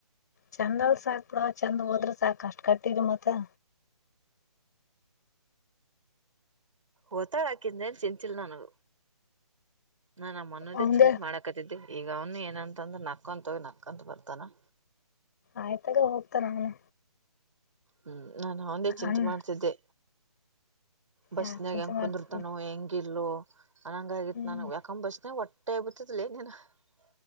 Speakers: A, on the left; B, on the right.
A: ಚಂದ ಅಲ್ ಸಾಕ್ ಬಿಡುವ ಚಂದ ಹೋದ್ರ ಸಾಕ ಅಷ್ಟ್ ಕಟ್ಟಿದ್ರಿ ಮತ್ತ
B: ಹತಾ ರಾಕಿಂದನು ಚಿಂಚಿಲ್ಲ ನಾನಗ ನಾನ್ ನಮ್ಮ ಮೊದೇ
A: ಅವಂದೇ
B: ಚಿಂತೆ ಮಾಡಾಕತ್ತಿದ್ದೆ ಈಗ ಅವನು ಏನಂತಂದ್ರೆ ನಕ್ಕಂತ ಹೋಗಿ ನಕ್ಕಂತ ಬರ್ತಾನ
A: ಆಯ್ತಾಗ ಹೋಗ್ತ ನ ಅವನು
B: ಹ್ಮ್ ನಾು ಅವಂದೇ ಚಿಂತೆ
A: ಅಣ್ಣ
B: ಮಾಡ್ತಿದ್ದೆ ಬಸ್ನಾಗ
A: ಯಾಕ್ ಚಿಂತೆ
B: ಹೆಂಗ
A: ಮಾಡ್ತಿ
B: ಕುಂದಿರ್ತಾನೋ ಹೆಂಗಿ ಹಲೋ <unintelligible> ಅನಂಗ ಆಗತ್ತು
A: ಹ್ಮ್
B: ನು ಯಾಕಂಬ ಬಸನೆ ಒಟ್ಟ <unintelligible> ಟೈಬತ್ತೆಲ್ಲೇನೆ <unintelligible>